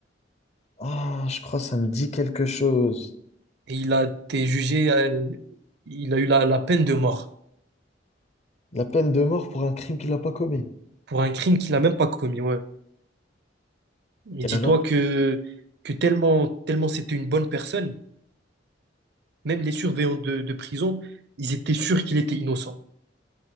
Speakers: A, on the left; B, on the right.
A: Ah, je crois que ça me dit quelque chose.
B: Et il a été jugé, euh, il a eu la, la peine de mort
A: La peine de mort pour un crime qu'il n'a pas commis.
B: pour un crime qu'il n'a même pas commis. Ouais. Et
A: Et
B: dis-toi
A: alors?
B: que, que tellement, tellement c'était une bonne personne, même les surveillants de, de prison, ils étaient sûrs qu'il était innocent.